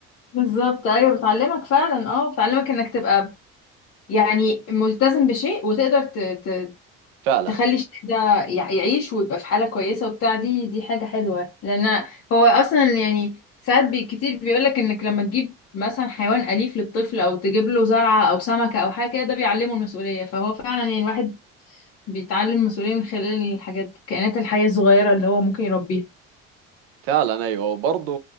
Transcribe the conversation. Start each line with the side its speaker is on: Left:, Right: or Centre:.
Left: بالظبط ايوه بتعلمك فعلا اه بتعلمك انك تبقى يعني ملتزم بشيء وتقدر ت... ت...
Right: فعلا
Left: تخلي الشيء ده يع- يعيش ويبقى في حالة كويسة وبتاع دي دي حاجة حلوة لأن هو أصلا يعني ساعات بي كتير بيقولك إنك لما تجيب مثلا حيوان أليف للطفل أو تجيب له زرعة أو سمكة أو حاجة كده ده بيعلمه المسؤولية فهو فعلا يعني الواحد بيتعلم المسؤولية من خلال الحاجات الكائنات الحية الصغيرة اللي هو ممكن يربيها
Right: فعلا ايوه وبرضه